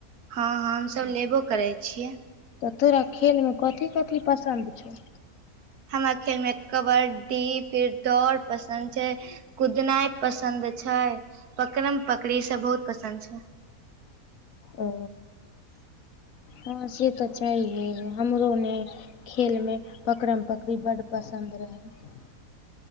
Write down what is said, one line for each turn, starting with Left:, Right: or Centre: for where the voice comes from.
Right: हँ हँ हमसब लेबो करै छियै।
Left: तऽ तोरा खेल मे कथी - कथी पसन्द छौ?
Right: हमरा खेल मे कबड्डी फिर दौड़ पसन्द छै। कुदनाइ पसन्द छै, पकड़म पकड़ी, इ सब बहुत पसन्द छै।
Left: ओ। हॅं से तऽ छैहे हमरो ने खेल मे पकरम- पकरी बड्ड पसन्द रहै।